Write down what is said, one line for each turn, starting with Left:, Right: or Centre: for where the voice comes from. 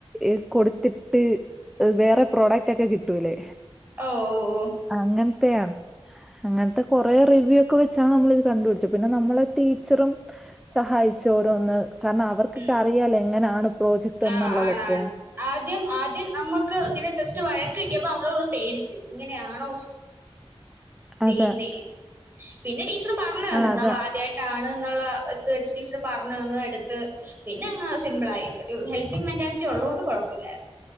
Centre: ഈ കൊടുത്തിട്ട് വേറെ പ്രോഡക്റ്റ് ഒക്കെ കിട്ടൂല്ലേ
Right: ഓഹ് ഓഹ് ഓഹ്
Centre: അങ്ങനത്തെയാ അങ്ങനത്തെ കൊറെേ റിവ്യൂ ഒക്കെ വെച്ചാ നമ്മള ഇത് കണ്ടുപിടിച്ചത് പിന്നെ നമ്മളെ ടീച്ചറും സഹായിച്ച് ഓരോന്ന് കാരണം അവർക്കൊക്കെ
Right: ഉം
Centre: അറിയാല്ലേ എങ്ങനെയാണ് പ്രോജക്ട്
Right: ആ
Centre: എന്നുള്ളതൊക്കെ
Right: ആണാണ് ആദ്യം ആദ്യം നമ്മുക്ക് ഇങ്ങനെ ജസ്റ്റ് വഴക്ക് കിട്ടിയപ്പോ നമ്മളൊന്ന് പേടിച്ച് ഇങ്ങനെയാണോ ചെയ്യൂന്നേ
Centre: അതെ.
Right: പിന്നെ ടീച്ചർ പറഞ്ഞു തന്ന്
Centre: ആ അതാ.
Right: നമ്മൾ ആദ്യമായിട്ട് ട്ടാണ് എന്നുള്ള ഇത് വെച്ച് ടീച്ചർ പറഞ്ഞു വന്ന് എടുത്ത് പിന്നെ അങ്ങ് സിമ്പിളായി. ഒരു ഹെൽപ്പിംഗ് മെന്റാലിറ്റി ഒള്ളോണ്ട് കുഴപ്പമില്ലാരുന്നു.